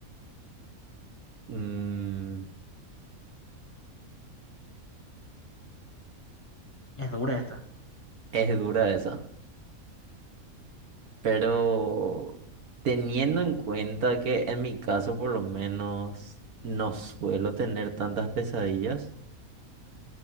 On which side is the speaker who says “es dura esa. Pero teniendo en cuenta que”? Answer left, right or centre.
Right